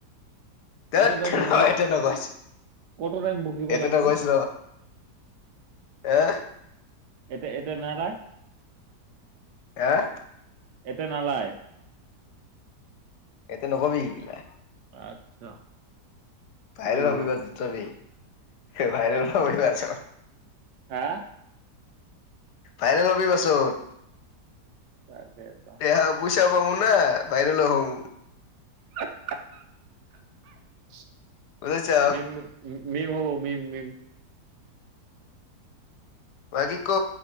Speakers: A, on the left; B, on the right.
A: ধেত
B: কত টাইমিব
A: ৰ এইটো নকছ
B: কত টাইম বকিব
A: এইটো
B: লাগিব?
A: নকছ ৰ এ
B: এ এতে নালা
A: আহ
B: এতে নালায়
A: এতে নকবি শিকিলা
B: আচ্ছা হৰি
A: াই
B: বলা
A: ৰবিিবতাবেই <unintelligible> ভাইৰেল নই আছ
B: হা?
A: ভাইৰেল হাবি পাচত
B: তাকেতো
A: দে পুইচা পামু না, ভাইৰেলো হম
B: <unintelligible>
A: বুজিছা
B: মেম মই উম মিম হ মিম ম
A: ভাগি ক